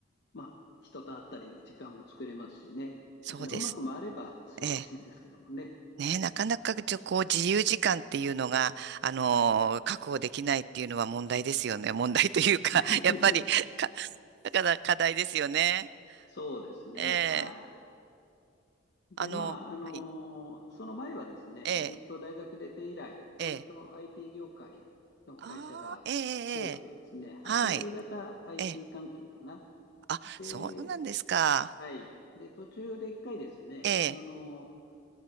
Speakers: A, on the left; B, on the right.
A: まあ、人と会ったりの時間も作れますしね。
B: そうです。
A: だからうまく回れば素晴らしいんですけどもね。
B: ええ。ね、なかなかちょこう自由時間っていうのが、あの、
A: はい。
B: 確保できないっていうのは問題ですよね。問題というか、
A: <laughs>
B: やっぱりか、だから課題ですよね。
A: そうですね。
B: ええ。
A: はい。で、
B: あの、
A: まあ、あのーその前はですね、
B: はい。ええ、
A: ずっと大学出て以来、割と
B: ええ。
A: IT 業界の会社が多くてですね、
B: ああ、ええ、ええ。
A: 8割方
B: はい。
A: IT
B: ええ。
A: 関係かな。
B: あ、
A: で、
B: そうなんですか。
A: はい。で、途中で一回ですね、
B: ええ、
A: あの